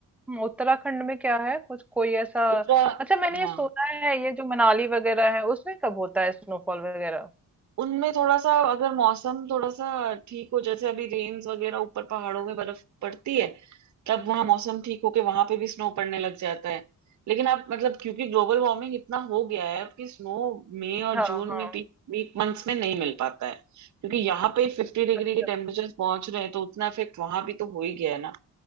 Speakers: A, in the centre; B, on the right.
A: हम्म, उत्तराखंड में क्या है कुछ कोई ऐसा
B: उत्तरा
A: अच्छा मैंने
B: हाँ
A: ये सुना है ये जो मनाली वगैरह है उसमें कब होता है स्नोफॉल वगैरह
B: उनमें थोड़ा सा अगर मौसम थोड़ा सा ठीक हो जैसे अभी रेन्स वगैरह ऊपर पहाड़ों में बर्फ पड़ती है तब वहां मौसम ठीक होके वहां पे भी स्नो पड़ने लग जाता है लेकिन आप मतलब क्योंकि ग्लोबल वार्मिंग इतना हो गया है अब कि स्नो मई और
A: हाँ
B: जून
A: हाँ
B: में पीक पीक मंथ्स में नहीं मिल पाता है क्योंकि यहाँ पे फिफ्टी डिग्री
A: अच्छा
B: के टेम्परेचर पहुंच रहे हैं तो उतना इफेक्ट वहां भी तो हो ही गया है ना